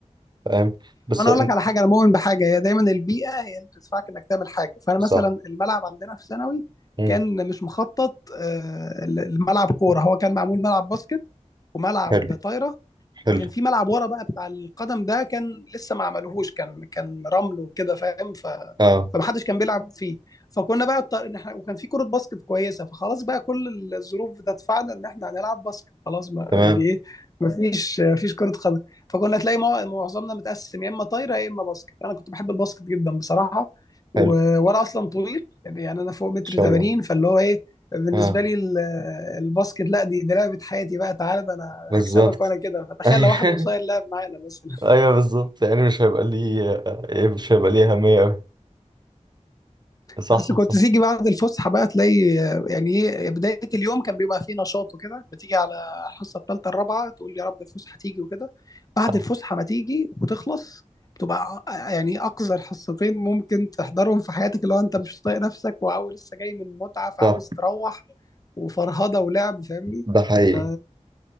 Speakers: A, on the right; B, on the left.
A: فاهم بس
B: وانا
A: إن-
B: اقول لك على حاجه انا مؤمن بحاجه هي دايما البيئه هي اللي بتدفعك انك تعمل حاجه فانا مثلا
A: صح
B: الملعب عندنا في ثانوي
A: مم.
B: كان مش مخطط آه، ل- لملعب كوره هو كان معمول ملعب باسكت وملعب
A: حلو
B: طايره
A: حلو
B: وكان في ملعب ورا بقى بتاع القدم ده كان لسه ما عملوهوش كان كان رمل وكده فاهم ف
A: اه
B: فمحدش كان بيلعب فيه فكنا بقى اضطر ان احنا وكان في كرة باسكت كويسة فخلاص بقى كل الظروف بتدفعنا ان احنا هنلعب باسكت خلاص ما
A: تمام
B: يعني ايه ما فيش ما فيش كرة قدم فكنا تلاقي مع- معظمنا متقسم يا اما طايرة يا اما باسكت انا كنت بحب الباسكت جدا بصراحة و...
A: حلو ان
B: وانا اصلا طويل يعني يعني انا فوق متر
A: شاء
B: 80
A: الله
B: فاللي هو ايه بالنسبه
A: اه
B: لي ال- الباسكت لا دي دي لعبه حياتي بقى تعالى ده انا
A: بالظبط
B: هكسبك وانا كده فتخيل
A: ايوه
B: لو واحد قصير لعب
A: <laughs>
B: معانا مثلا
A: ايوه بالظبط يعني مش هيبقى لي آه، مش هيبقى لي اهميه قوي صح
B: بس كنت
A: صح
B: تيجي بعد الفسحه بقى تلاقي آه، يعني ايه بدايه اليوم كان بيبقى فيه نشاط وكده بتيجي على الحصه الثالثه الرابعه تقول يا رب الفسحه تيجي وكده بعد
A: صح
B: الفسحه ما تيجي وتخلص بتبقى أ- يعني اقذر حصتين ممكن تحضرهم في حياتك اللي هو انت مش طايق نفسك وعاوز لسه جاي من متعه فعاوز
A: صح.
B: تروح وفرهده ولعب فاهمني
A: ده حقيقي
B: ف